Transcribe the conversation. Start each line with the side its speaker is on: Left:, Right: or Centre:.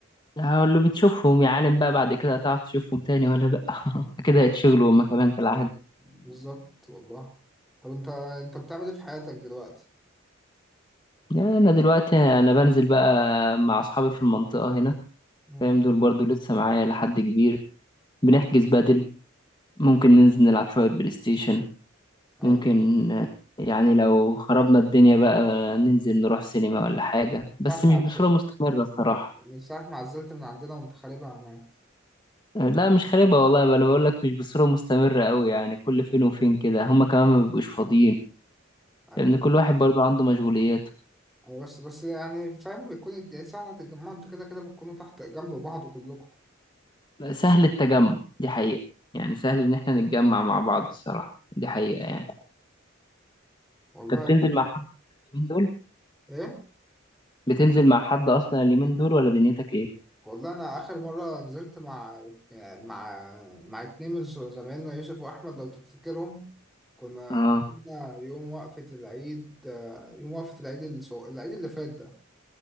Left: هقول له بتشوفهم يا عالم بقى بعد كده هتعرف تشوفهم تاني ولا لأ <laughs> كده هيتشغلوا هما كمان كالعادة
Centre: بالظبط والله طب أنت أنت بتعمل إيه في حياتك دلوقتي؟
Left: يعني أنا دلوقتي أنا بنزل بقى مع أصحابي في المنطقة هنا
Centre: مم.
Left: فاهم دول برضو لسه معايا لحد كبير بنحجز بدل ممكن ننزل نلعب شوية بلاي ستيشن
Centre: أيوة
Left: ممكن آه، يعني لو خربنا الدنيا بقى ننزل نروح سينما ولا حاجة
Centre: من
Left: بس
Centre: ساعة ما
Left: مش
Centre: عزلت
Left: بصورة مستمرة الصراحة
Centre: من ساعة ما عزلت من عندنا وأنت خاربها هناك
Left: آه، لا مش خاربة والله بقى أنا بقول لك مش بصورة مستمرة أوي يعني كل فين وفين كده هما كمان ما بيبقوش فاضيين
Centre: أيوة
Left: لأن كل واحد برضو عنده مشغولياته
Centre: أيوة بس بس يعني فاهم بيكون أنت ساعة ما تتجمعوا أنتوا كده كده بتكونوا تحت جنب بعض كلكم
Left: سهل التجمع دي حقيقة يعني سهل إن إحنا نتجمع مع بعض الصراحة دي حقيقة يعني
Centre: والله
Left: أنت بتنزل
Centre: يا ابني
Left: مع حد من دول؟
Centre: إيه؟
Left: بتنزل مع حد أصلا اليومين دول ولا دنيتك إيه؟
Centre: والله انا اخر مره نزلت مع يعني مع مع اتنين من زمايلنا يوسف واحمد لو تفتكرهم كنا
Left: اه
Centre: نزلنا يوم وقفه العيد آه، يوم وقفه العيد الصو- العيد اللي فات ده